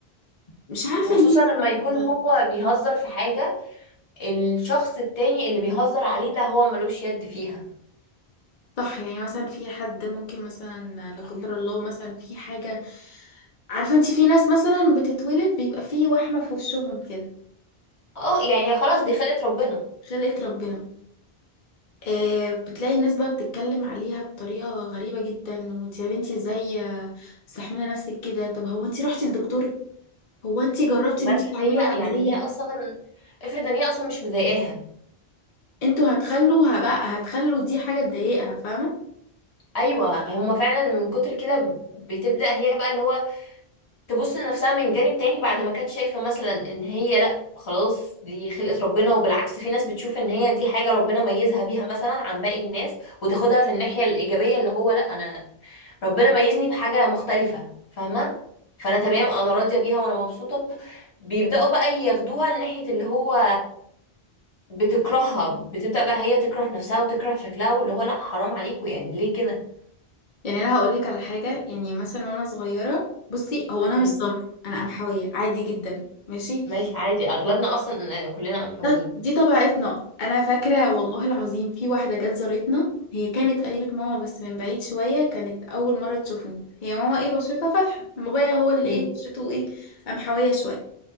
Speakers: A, on the left; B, on the left.
A: مش عارفة
B: وخصوصا
A: ليه
B: لما
A: بجد.
B: يكون هو بيهزر في حاجة الشخص التاني اللي بيهزر عليه ده هو ملوش يد فيها
A: صح يعني مثلا في حد ممكن مثلا لا قدر الله مثلا في حاجة عارفة انتي في ناس مثلا بتتولد بيبقى في وحمة في وشهم كده
B: اه يعني خلاص دي خلقة ربنا
A: خلقة ربنا آه بتلاقي الناس بقى بتتكلم عليها بطريقة غريبة جدا وانتي يا بنتي ازاي آه، مستحملة نفسك كده طب هو انتي رحتي للدكتور هو انت جربتي
B: ما
A: ان انت
B: افرض
A: تعملي
B: هي
A: عملية
B: يعني هي اصلا افرض ان هي اصلا مش مضايقاها
A: انتوا هتخلوا بقى هتخلوا دي حاجة تضايقها فاهمة
B: ايوه هما فعلا من كتر كده بتبدأ هي بقى اللي هو تبص لنفسها من جانب تاني بعد ما كانت شايفة مثلا ان هي لا خلاص دي خلقة ربنا وبالعكس في ناس بتشوف ان هي دي حاجة ربنا ميزها بيها مثلا عن باقي الناس وتاخدها في الناحية الإيجابية اللي هو لا انا ربنا ميزني بحاجة مختلفة فاهمة فانا تمام انا راضية بيها وانا مبسوطة بيبدأوا بقى ياخدوها لناحية اللي هو بتكرهها بتبدأ بقى هي تكره نفسها وتكره شكلها واللي هو لا حرام عليكم يعني ليه كده
A: يعني انا هقولك على حاجة يعني مثلا وانا صغيرة بصي هو انا
B: مم.
A: مش سمر انا قمحوية عادي جدا ماشي
B: ماشي عادي اغلبنا اصلا آه، كلنا محاويين
A: ده- دي طبيعتنا انا فاكرة والله العظيم في واحدة جت زارتنا هي كانت قريبة ماما بس من بعيد شوية كانت اول مرة تشوفني هي ماما ايه بشرتها فاتحة بابايا هو اللي
B: مم.
A: ايه بشرته ايه قمحوية شوية